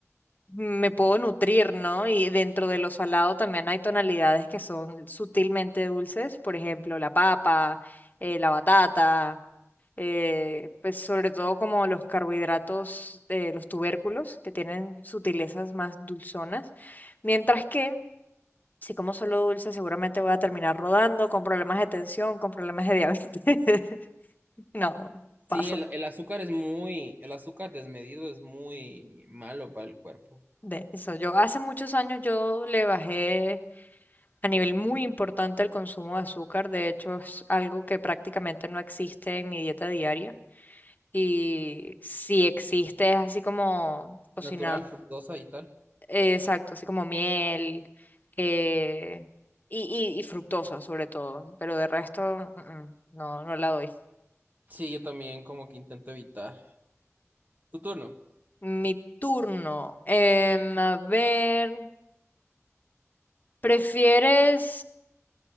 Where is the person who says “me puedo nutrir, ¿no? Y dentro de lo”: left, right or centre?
Left